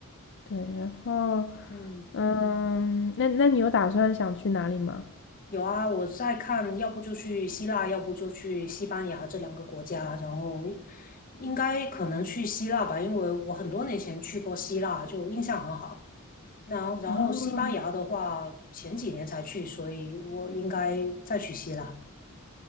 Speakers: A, on the left; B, on the left.
A: 对，然后
B: 嗯。
A: 嗯，那那你有打算想去哪里吗？
B: 有啊，我在看，要不就去希腊，要不就去西班牙这两个国家。然后应该可能去希腊吧，因为我很多年前去过希腊，就印象很好。那然后西班牙的话，
A: 啊。
B: 前几年才去，所以我应该再去希腊。